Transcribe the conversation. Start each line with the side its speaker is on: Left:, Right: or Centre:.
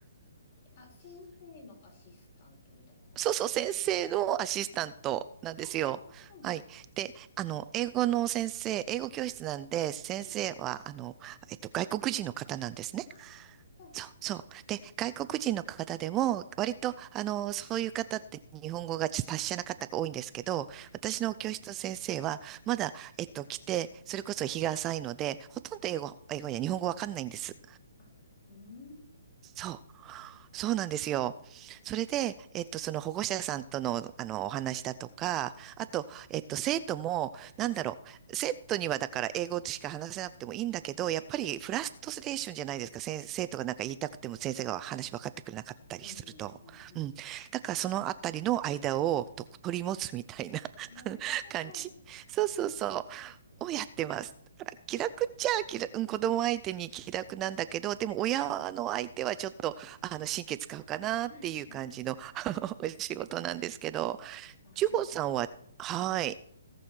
Left: あ、先生のアシスタントみたいなことですか
Right: そうそう、先生のアシスタントなんですよ。
Left: うんうん
Right: はい。で、あの、英語の先生、英語教室なんで、先生は、
Left: うんうん
Right: あの、えっと、外国人の方なんですね。
Left: あそう
Right: そうそう。で、外国人の方でも、割と、あの、そういう方って日本語がちょっと達者な方が多いんですけど、私の教室の先生は、
Left: うん
Right: まだ、えっと、来て、それこそ日が浅いので、ほとんど英語、英語や日本語わかんないんです。
Left: あうん
Right: そう。そうなんですよ。それで、えっと、その保護者さんとの、あの、お話だとか、あと、えっと、生徒も、なんだろう、生徒にはだから英語しか話せなくてもいいんだけど、やっぱりフラストレーションじゃないですか。
Left: うん
Right: 先生とかなんか言いたくても先生が話分かってくれなかったりすると。
Left: うんうんう
Right: うん。だからそのあたりの間をと取り持つみたいな
Left: んなるほど。
Right: <laughs> 感じ。そうそうそう。をやってます。だから気楽っちゃ気楽、
Left: ね
Right: うん子供相手に気楽なんだけど、でも親の相手はちょっと、あの、神経使うかなっていう感じのあの
Left: <laughs>
Right: <laughs> お仕事なんですけど、
Left: あ、
Right: 千穂さんは、
Left: そう。
Right: はい。